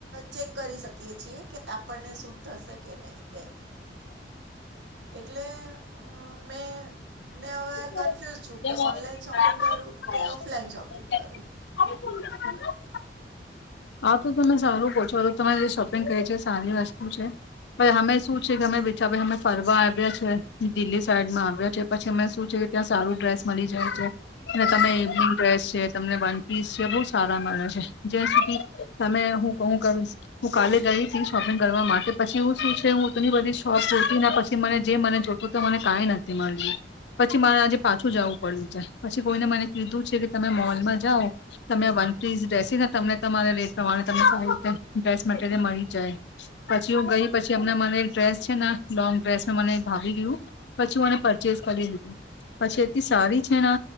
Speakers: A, on the right; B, on the left.
A: ચેક કરી શક કેછીએ કે આપણને શૂટ થશે કે નહીં. <inaudible> એટલે અ મેં મેં હવે
B: <inaudible>
A: કન્ફ્યુઝ છું કે ઓનલાઈન શોપિંગ કરું કે ઓફલાઈન શોપિંગ કરું
B: આ તો તમે સારું પૂછો તો તમે જે શોપિંગ ક છે સારી વસ્તુ છે પછી અમે શું છે કે અમે બેચા અમે ફરવા આવ્યા છે દિલ્હી સાઈડમાં આવ્યા છે પછી અમે શું છે કે ત્યાં સારું ડ્રેસ મળી જાય છે એટલે તમે
A: હા
B: <unintelligible> ડ્રેસ છે તમને વનપીસ જે બહુ સારા મળે છે જ્યાં સુધી તમે હું કહ હું કાલે ગઈ હતી શોપિંગ કરવા માટે પછી હું શું છે હુંની બધી શોપ જોતી ને પછી મને જે મને જોત તો મને કંઈ નથી મળ્યું પછી મારે આજે પાછું જાઉું પડિયું છે પછી કોઈને મને કીધું છે કે તમે મોલમાં જાઓ. તમે વનપીસ <unintelligible> તમને તમારેે પ્રમાણે તમને સારી રીતે ડ્રેસ મટીરિયલ મળી જાય પછી હું ગઈ પછી એમના મને ડ્રેસ છે ને લોંગ ડ્રેસ મને ભાવી ગયું પછી મને પરચેસ કરી દીધી. પછી એથી સારી છે ને